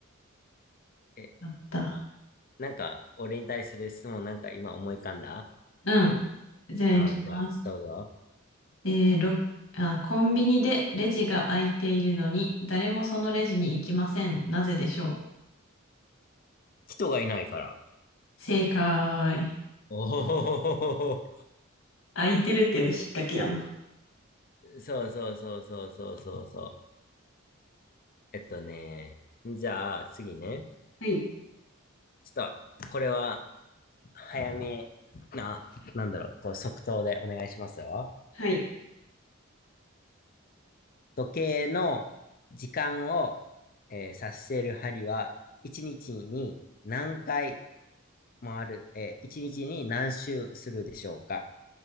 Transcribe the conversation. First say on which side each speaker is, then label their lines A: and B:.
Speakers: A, on the left; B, on the left.
A: え、
B: あった。
A: なんか、俺に対する質問なんか今思い浮かんだ
B: うん。じゃあ行きます。
A: あー、じゃあ、どうぞ。
B: えー、ろ、あ、コンビニでレジが空いているのに、誰もそのレジに行きません。なぜでしょう
A: 人がいないから。
B: 正解。
A: おお、
B: 空いてるっていうの引っ掛けやな。
A: そうそうそうそうそうそうそう。えっとね、じゃあ次ね。
B: はい。
A: ちょっと、これは、早めな、なんだろう、こう即答でお願いしますよ。
B: はい。
A: 時計の時間を、えー指している針は、1日にちに何回回る、えー、1日にちに何周するでしょうか